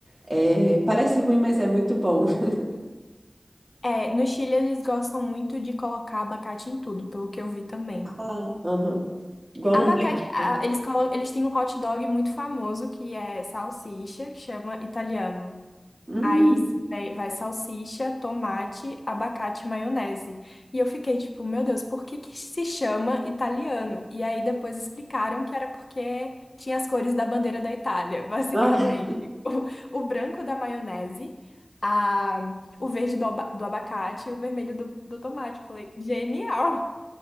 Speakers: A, on the right; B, on the left.
A: É, parece ruim, mas é muito bom. <laughs>
B: É, no Chile eles gostam muito de colocar abacate em tudo, pelo que eu vi também.
A: Ah, aham. Igual
B: Abacate,
A: no México.
B: a- eles, colo- eles têm um hot dog muito famoso que é salsicha, que chama italiano.
A: Hum,
B: Aí vai, vai salsicha, tomate, abacate, e maionese. E eu fiquei tipo, meu Deus, por que que se chama italiano? E aí depois explicaram que era porque tinha as cores da bandeira da Itália, <laughs> basicamente.
A: ah,
B: O, o branco da maionese, a, o verde do, aba- do abacate e o vermelho do, do tomate. Eu Falei, genial!